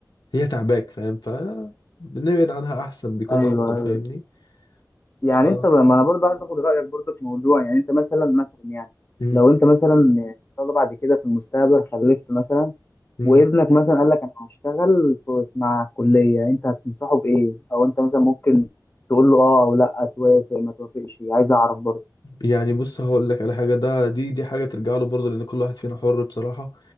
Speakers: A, on the left (about 80°); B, on the left (about 30°).
A: هي تعباك فاهم فنبعد عنها احسن بيكون
B: ايوه
A: افضل
B: ايوه
A: فاهمني
B: يعني
A: ف
B: انت بقى ما انا برضو عايز اخد رأيك برضو في موضوع يعني انت مثلا مثلا يعني
A: مم.
B: لو انت مثلا يعني ان شاء الله بعد كده في المستقبل خلفت مثلا
A: مم.
B: وابنك مثلا قال لك انا هشتغل في- مع الكلية انت هتنصحه بايه او انت مثلا ممكن تقول له اه او لا توافق ما توافقش عايز اعرف برضو
A: يعني بص هقول لك على حاجه ده دي دي حاجه ترجع له برضه لان كل واحد فينا حر بصراحه